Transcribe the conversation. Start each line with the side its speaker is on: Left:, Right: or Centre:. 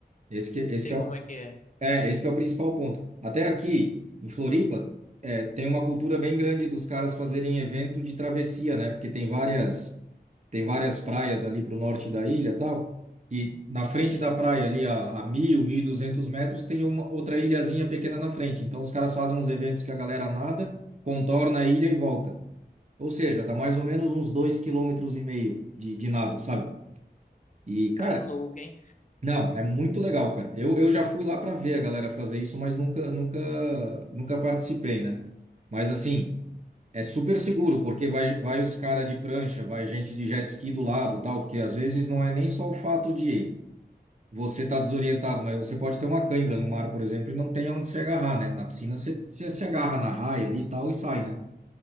Right: Esse que, esse
Left: Sei
Right: que é,
Left: como
Right: o-
Left: é que é.
Right: é, esse que é o principal ponto. Até aqui, em Floripa, é, tem uma cultura bem grande dos caras fazerem evento de travessia, né? Porque tem várias, tem várias praias ali para o norte da ilha, e tal. E na frente da praia, ali a, a mil, mil e duzentos metros, tem uma outra ilhazinha pequena na frente. Então os caras fazem uns eventos que a galera nada, contorna a ilha e volta. Ou seja, dá mais ou menos uns dois vírgula cinco quilômetros e meio de, de nado, sabe? E,
Left: Os
Right: cara,
Left: cara é louco, hein?
Right: não, é muito legal, cara. Eu, eu já fui lá para ver a galera fazer isso, mas nunca, nunca, nunca participei, né? Mas assim, é super seguro, porque vai, vai os caras de prancha, vai gente de jet ski do lado, tal, porque às vezes não é nem só o fato de você estar desorientado, mas você pode ter uma cãibra no mar, por exemplo, e não tem aonde se agarrar, né? Na piscina você, você se agarra na raia ali e tal e sai, né?